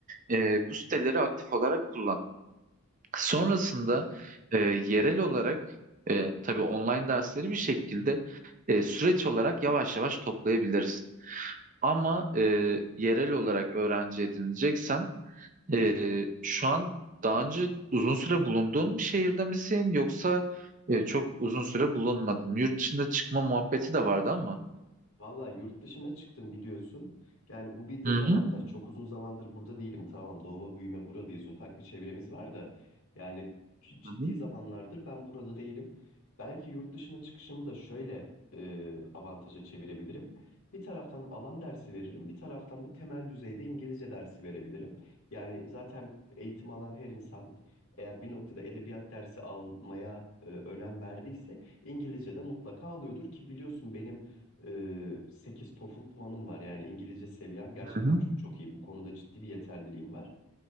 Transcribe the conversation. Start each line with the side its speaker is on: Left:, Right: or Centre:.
Right: E, bu siteleri aktif olarak kullan. Sonrasında e, yerel olarak e, tabii online dersleri bir şekilde e, süreç olarak yavaş yavaş toplayabilirsin. Ama e, yerel olarak öğrenci edineceksen ee, şu an daha önce uzun süre bulunduğun bir şehirde misin yoksa e, çok uzun süre bulunmadın? Yurt dışında çıkma muhabbeti de vardı ama.
Left: Valla yurt dışına çıktım biliyorsun. Yani bu bir dezavantaj.
Right: Hı hı.
Left: Çok uzun zamandır burada değilim. Tamam doğma büyüme buralıyız. Ufak bir çevremiz var da. Yani c- ciddi
Right: Hı hı.
Left: zamanlardır ben burada değilim. Belki yurt dışına çıkışımı da şöyle e, avantaja çevirebilirim. Bir taraftan alan dersi veririm. Bir taraftan da temel düzeyde İngilizce dersi verebilirim. Yani zaten eğitim alan her insan eğer bir noktada edebiyat dersi almaya e, önem verdiyse İngilizce de mutlaka alıyordur ki biliyorsun benim ee, 8 TOEFL puanım var. Yani İngilizce seviyem gerçekten
Right: Hı hı.
Left: çok çok iyi. Bu konuda ciddi bir yeterliliğim var.